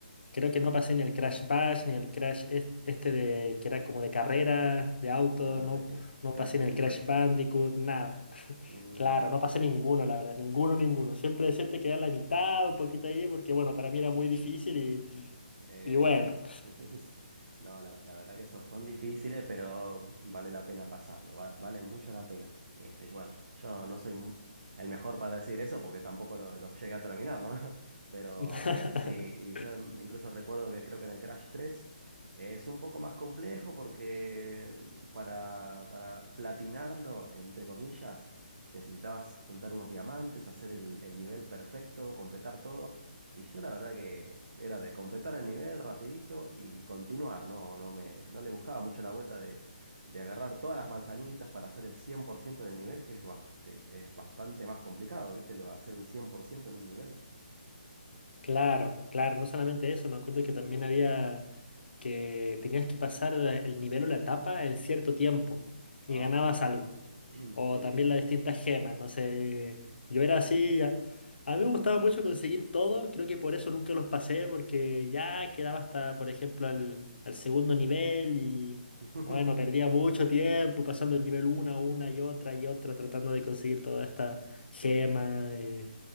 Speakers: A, on the left; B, on the right.
A: Creo que no pasé ni el Crash Bash, ni el Crash es- este de que era como de carrera, de auto,
B: Ah,
A: no,
B: el
A: no
B: Crash
A: pasé
B: Team
A: ni el Crash
B: Racing.
A: Bandicoot, nada. <laughs>
B: Mm,
A: Claro, no pasé ninguno, la verdad, ninguno, ninguno. Siempre, siempre quedé a la mitad, un poquito ahí, porque bueno, para mí era muy difícil y,
B: Eh,
A: y bueno.
B: son, <laughs> no, la, la verdad que son, son difíciles, pero vale la pena pasarlo, va- vale mucho la pena. Este, y bueno, yo no soy mu- el mejor para decir eso porque tampoco los lo lo llegué a terminar, ¿no? <laughs> Pero
A: <laughs>
B: sí, y yo mm, incluso recuerdo que creo que en el Crash 3 es un poco más complejo porque mm, para, para platinarlo, entre comillas, necesitabas juntar unos diamantes, hacer el el nivel perfecto, completar todo. Y yo la verdad que era de completar el nivel rapidito y continuar, no, no me, no le buscaba mucho la vuelta de, de agarrar todas las manzanitas para hacer el 100% del nivel, que es, baste- es bastante más complicado, ¿viste? Lo de hacer un cien por ciento en un nivel.
A: Claro, claro, no solamente eso, me acuerdo que también había... que tenías que pasar el nivel o la etapa en cierto tiempo y
B: Ah,
A: ganabas algo.
B: <clears throat>
A: O
B: sí.
A: también las distintas gemas, no sé. Yo era así, ya- a mí me gustaba mucho conseguir todo, creo que por eso nunca los pasé, porque ya quedaba hasta, por ejemplo, al, al segundo nivel y
B: <laughs>
A: bueno, perdía mucho tiempo pasando el nivel una, una y otra y otra, tratando de conseguir toda esta
B: Sí.
A: gema. eh,